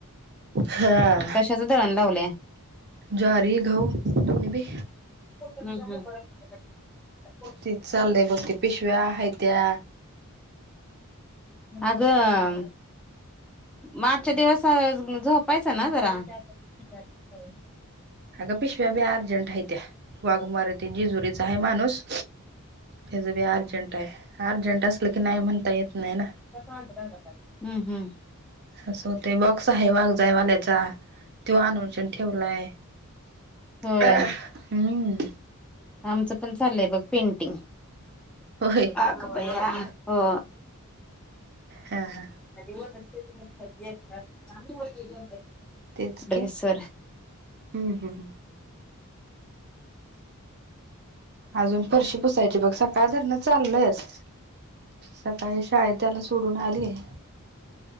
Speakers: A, on the right (about 50°); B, in the centre.
A: हा
B: कशाच दळण लावलय?
A: ज्वारी गहू दोन्ही बी.
B: हं हं.
A: तेच चाललंय बघ. ते पिशव्या आहेत त्या
B: आगं अं म आजच्या दिवस झोपायचं ना जरा <inaudible>
A: अग पिशव्या बी अर्जंट आहे त्या वाघमारे ते जेजुरीचा आहे माणूस हेजबी अर्जंट आहे अर्जंट असलं की नाही म्हणता येत नाही ना
B: <unintelligible> हम्म हम्म
A: असं होतय बॉक्स आहे वाघ जायवाल्याचा त्यो आणून श्यान ठेवलाय
B: होय
A: हम्म
B: आमचं पण चाललंय बघ पेंटिंग
A: होय
B: अग बया हो
A: हा हा
B: <unintelligible>
A: तेच
B: ड्रेसर
A: की हम्म हम्म अजून फरशी पुसायची बघ सकाळ धरणं चाललंयस सकाळी शाळेत त्याला सोडून आलीय